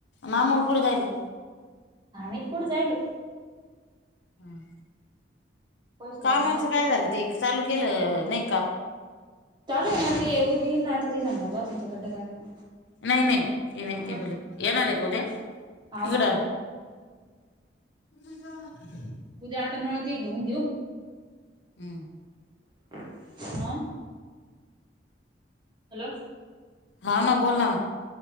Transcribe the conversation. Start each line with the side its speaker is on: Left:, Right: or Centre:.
Left: मामा न कडे जायली.
Right: काय माहीत कुठं जायली?
Left: हं.
Right: पैसे
Left: कामाचं
Right: भरून यायचे
Left: काय
Right: होते.
Left: झालं? ते चालू केलं नाही काम?
Right: चालू हाय ना ते उद्या येईलना आता ते सांगतात. बाथरूमच खड्ड करायला.
Left: नाही नाही. ते नाही ते
Right: हा.
Left: बोल. येणार आहे उद्या
Right: हाव
Left: इकडं?
Right: ना
Left: <inaudible>
Right: उद्या आता नळ ते घेऊन देऊ.
Left: हं.
Right: अं - हॅलो.
Left: हां ना, बोल ना.